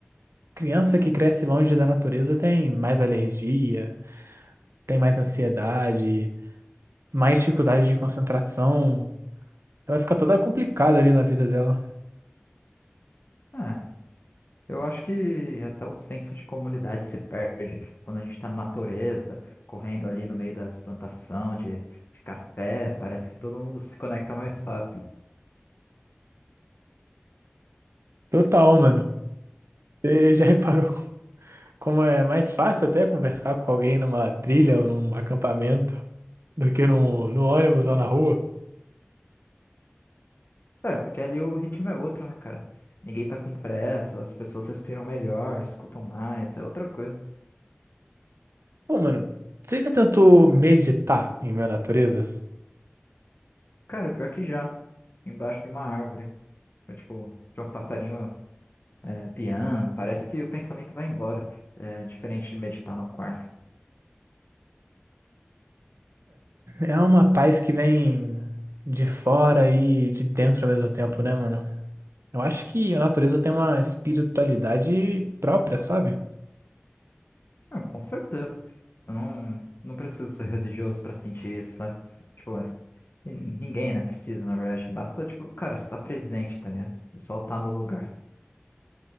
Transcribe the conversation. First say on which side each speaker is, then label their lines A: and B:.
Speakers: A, on the right; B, on the left.
A: Criança que cresce longe da natureza tem mais alergia, tem mais ansiedade, mais dificuldade de concentração. Ela fica toda complicada ali na vida dela.
B: Ah, eu acho que até o senso de comunidade se perde quando a gente tá na natureza, correndo ali no meio das plantações de, de café. Parece que todo mundo se conecta mais fácil.
A: Total, mano. Você já reparou? Como é mais fácil até conversar com alguém numa trilha ou num acampamento do que no, no ônibus ou na rua.
B: É, porque ali o ritmo é outro, né, cara? Ninguém tá com pressa, as pessoas respiram melhor, escutam mais, é outra coisa.
A: Pô, mano, você já tentou meditar em minha natureza?
B: Cara, pior que já, embaixo de uma árvore. Foi, tipo, tinha uns passarinhos. é, piano, parece que o pensamento vai embora, é, diferente de meditar no quarto.
A: É, é uma paz que vem de fora e de dentro ao mesmo tempo, né, mano? Eu acho que a natureza tem uma espiritualidade própria, sabe?
B: Ah, com certeza. Eu não, não preciso ser religioso para sentir isso, sabe? Tipo, é, e ninguém, né, precisa, na verdade. Basta, tipo, cara, estar presente, tá ligado? Só estar no lugar.